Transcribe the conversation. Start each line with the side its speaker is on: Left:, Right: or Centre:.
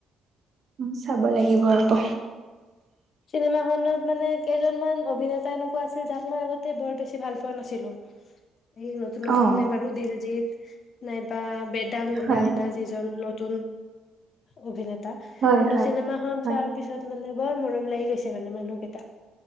Right: উম চাব লাগিব ৰ'ব।
Left: চিনেমাখনত মানে কেইজনমান অভিনেতা এনেকুৱা আছিল যাক মই আগতে বৰ বেছি ভাল পোৱা নাছিলো। এই নতুন নতুন
Right: অ
Left: এ বাৰু দিলজিত। নাইবা বেড। ডাংৰাইনা
Right: হয়
Left: যিজন তুন অভিনে তা
Right: হয়,
Left: কিন্তু
Right: হয়,
Left: চিনেমা খন
Right: হয়।
Left: চোৱাৰ পিছত মানে বৰ মৰম লাগি গৈছে মানে মানুহকেইটা